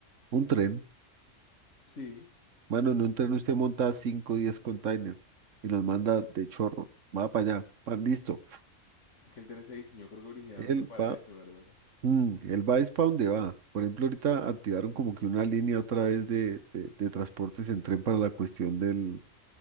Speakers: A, on the right (about 70°); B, on the left (about 65°).
A: un tren.
B: Sí.
A: Mano,
B: Sí.
A: en un tren usted monta 5 o 10 containers y los manda de chorro, va para allá, pa, listo.
B: Es que el tren se diseñó, creo que originalmente
A: Él
B: para
A: va,
B: eso, ¿verdad?
A: mm, él va es para donde va. Por ejemplo, ahorita activaron como que una línea otra vez de, de de transportes en tren para la cuestión del